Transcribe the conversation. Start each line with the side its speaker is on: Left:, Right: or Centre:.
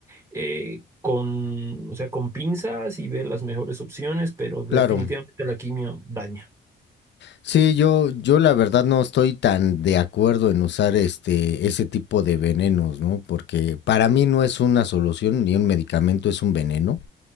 Right: eh, con, o sea, con pinzas y ver las mejores opciones, pero definitivamente
Left: Claro.
Right: la quimio daña.
Left: Sí, yo, yo la verdad no estoy tan de acuerdo en usar este, ese tipo de venenos, ¿no? Porque para mí no es una solución ni un medicamento es un veneno.